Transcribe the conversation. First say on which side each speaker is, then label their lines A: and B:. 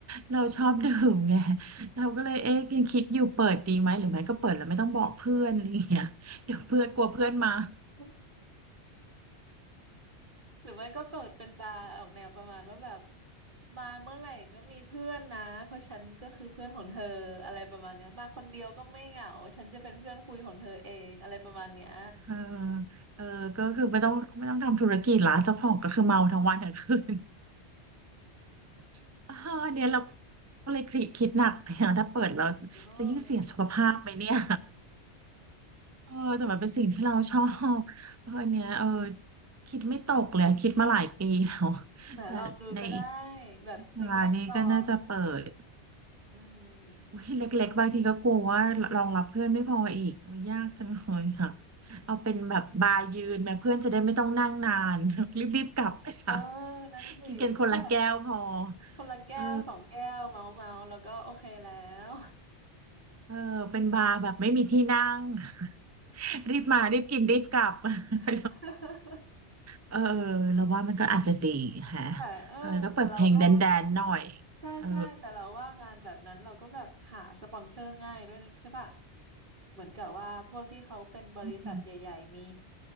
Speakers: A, on the right; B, on the right.
A: เราชอบดื่มไง <laughs> เราก็เลยเอ๊ะยังคิดอยู่เปิดดีไหมหรือไม่ก็เปิดแล้วไม่ต้องบอกเพื่อนอะไรอย่างเงี้ย <laughs> เดี๋ยวเพื่อนกลัวเพื่อนมา
B: <laughs> หรือไม่ก็เปิดเป็นบาร์ออกแนวประมาณว่าแบบมาเมื่อไหร่ก็มีเพื่อนนะเพราะฉันก็คือเพื่อนของเธออะไรประมาณเนี้ยมาคนเดียวก็ไม่เหงาฉันจะเป็นเพื่อนคุยของเธอเองอะไรประมาณเนี้ย
A: เออเออก็คือไม่ต้องไม่ต้องทำธุรกิจละเจ้าของก็คือเมาทั้งวันทั้งคืน <laughs> เออเนี่ยเราก็เลยคิดคิดหนักเนี่ยถ้าเปิดเรา
B: อ๋อ
A: จะยิ่งเสียสุขภาพไหมเนี่ย เออแต่มันเป็นสิ่งที่เราชอบเอออันเนี้ยเออคิดไม่ตกเลยคิดมาหลายปีแล้ว
B: แหมลองดูก็ได้
A: <laughs> แต่ในอีก
B: แบบเล็กๆก่อน
A: วิชานี้ก็น่าจะเปิด
B: อืม
A: อุ้ยเล็กๆบางทีก็กลัวว่ารองรับเพื่อนไม่พออีกโอ้ยยากจังเลยค่ะเอาเป็นแบบบาร์ยืนแม่เพื่อนจะได้ไม่ต้องนั่งนาน <laughs> รีบๆกลับไปซะ
B: เออนั่นสิก็แบบ
A: กินกันคนละแก้วพอ
B: คนละแก้วสองแก้วเมาเมาแล้วก็โอเคแล้ว
A: เออเออเป็นบาร์แบบไม่มีที่นั่ง <laughs> รีบมารีบกินรีบกลับ <laughs> ไป
B: <laughs>
A: เออเราว่ามันก็อาจจะดีฮะ
B: แต่เออแต่เราก็ว่า
A: เออก็เปิดเพลงแดนแดนหน่อย
B: ใช่ใช่แต่เราว่างานแบบนั้นเราก็แบบหาสปอนเซอร์ง่ายด้วยนะใช่ป่ะ
A: เออ
B: เหมือนกับว่าพวกที่เขาเป็นบริษัทใหญ่ๆมี
A: อืม